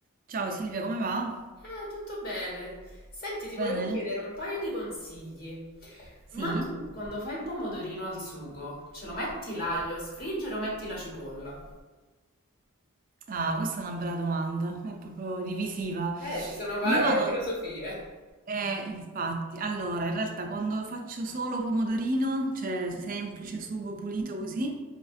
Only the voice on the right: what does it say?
Ciao Silvia, come va?
Tutto
Bene?
Sì?
Ah, questa è una bella domanda, è proprio divisiva.
Io vado,
eh, infatti, allora, in realtà quando faccio solo pomodorino, cioè semplice sugo pulito così,